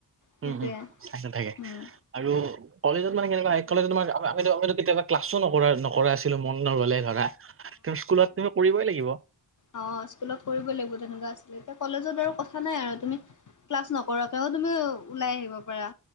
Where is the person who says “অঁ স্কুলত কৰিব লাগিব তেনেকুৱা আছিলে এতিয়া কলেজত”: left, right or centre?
Left